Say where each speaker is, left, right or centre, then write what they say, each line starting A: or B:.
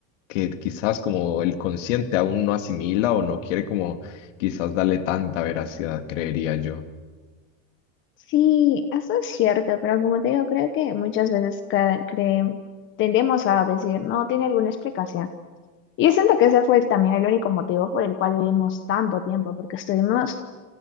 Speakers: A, on the left; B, on the left.
A: que quizás como el consciente aún no asimila o no quiere como quizás darle tanta veracidad, creería yo.
B: Sí, eso es cierto, pero como te digo, creo que muchas veces ca- cre- tendemos a decir, no, tiene alguna explicación. Y yo siento que ese fue el- también el único motivo por el cual vivimos tanto tiempo, porque estuvimos